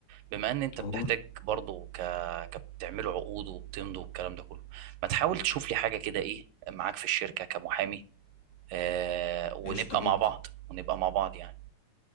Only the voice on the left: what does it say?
قول
قشطه جدا